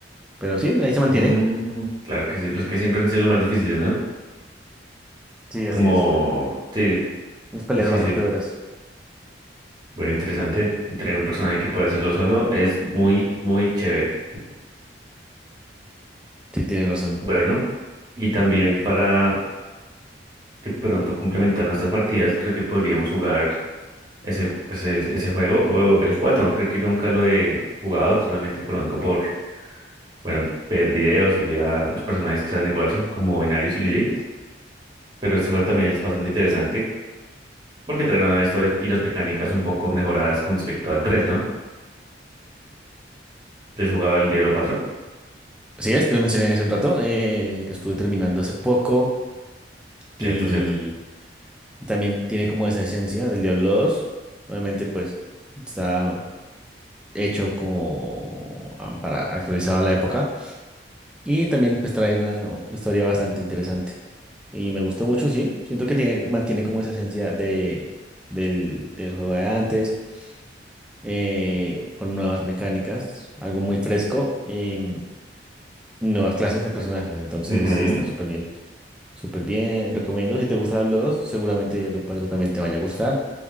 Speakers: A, in the centre; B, on the right.
A: Pero sí, ahí se mantiene.
B: Mm, claro que sí, los que siempre han sido los más difíciles, ¿no?
A: Sí, así
B: Como,
A: es.
B: sí,
A: Unas peleas
B: sí, sí,
A: bastante
B: sí.
A: duras.
B: Bueno, interesante. Tener un personaje que pueda hacerlo solo es muy, muy chévere.
A: Sí, tienes razón.
B: Bueno, y también para de pronto complementar nuestras partidas, creo que podríamos jugar ese, pues, es- ese juego o el cuatro Creo que nunca lo he jugado, solamente conozco por, bueno, ver videos y ver a los personajes que están en Warzone, como Inarius y Lilith. Pero este juego también es bastante interesante porque traen una historia y las mecánicas un poco mejoradas con respecto al tres ¿no? ¿Te has jugado el Diablo cuatro
A: Así es, te lo mencioné hace un rato. eh, lo estuve terminando hace poco y
B: Cierto, cierto.
A: también tiene como esa esencia del Diablo dos. Obviamente, pues está hecho como ah, para actualizado a la época. Y también pues trae una historia bastante interesante. Y me gustó mucho, sí. Siento que tiene, mantiene como esa esencia de, del, del juego de antes, eh, con nuevas mecánicas, algo muy fresco, em, nuevas clases de personajes. Entonces
B: Ujú,
A: sí está súper bien. Súper bien, recomiendo. Si te gusta Diablo dos seguramente Diablo cuatro también te vaya a gustar.